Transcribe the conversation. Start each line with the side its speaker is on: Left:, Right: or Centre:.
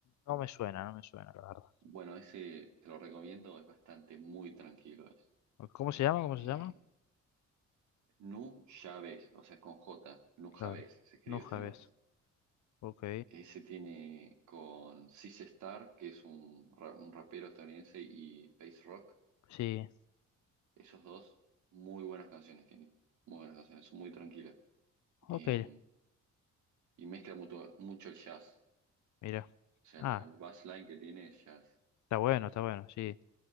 Left: no me suena, no me suena, la verdad.
Right: Bueno, ese te lo recomiendo, es bastante muy tranquilo. es,
Left: ¿Cómo se llama? ¿Cómo
Right: Eh,
Left: se llama?
Right: Nujabes, o sea, es con J, Nujabes
Left: Claro.
Right: se escribe
Left: No sabes.
Right: así nomás.
Left: Ok,
Right: Ese tiene con Sis Star, que es un, ra- un rapero estadounidense, y Pace Rock.
Left: sí,
Right: Esos dos, muy buenas canciones tienen. Muy buenas canciones, son muy tranquilas.
Left: ok,
Right: Eh, y mezcla mucho, mucho el jazz.
Left: mira.
Right: O sea,
Left: Ah,
Right: la- el bassline que tiene es jazz.
Left: está bueno, está bueno, sí.